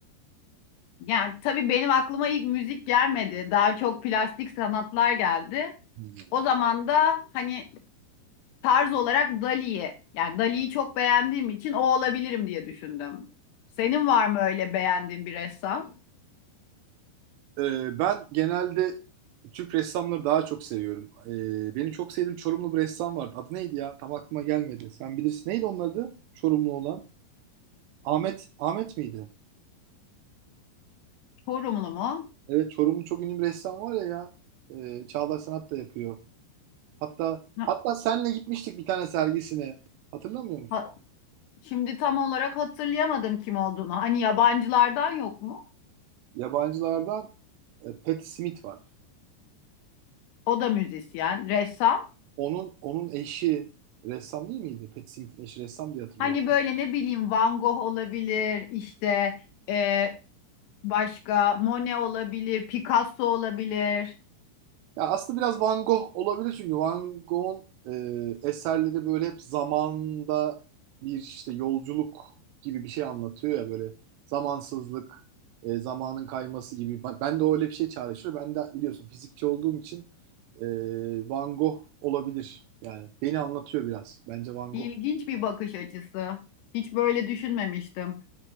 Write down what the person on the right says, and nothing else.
Hmm.
E, ben genelde Türk ressamları daha çok seviyorum. E, benim çok sevdiğim Çorumlu bir ressam vardı. Adı neydi ya? Tam aklıma gelmedi. Sen bilirsin. Neydi onun adı? Çorumlu olan. Ahmet Ahmet miydi?
Evet, Çorumlu çok ünlü bir ressam var ya ya. E, Çağdaş Sanat da yapıyor. Hatta
hatta senle gitmiştik bir tane sergisine. Hatırlamıyor musun?
Yabancılardan e, Patti Smith var.
Onun onun eşi ressam değil miydi? Patti Smith'in eşi ressam diye hatırlıyorum.
Ya aslında biraz Van Gogh olabilir çünkü Van Gogh'un e, eserleri böyle hep zamanda bir işte yolculuk gibi bir şey anlatıyor ya böyle zamansızlık, e, zamanın kayması gibi. Ben ben de öyle bir şey çağrıştırıyor. Ben de biliyorsun fizikçi olduğum için e, Van Gogh olabilir. Yani beni anlatıyor biraz. Bence Van
Gogh.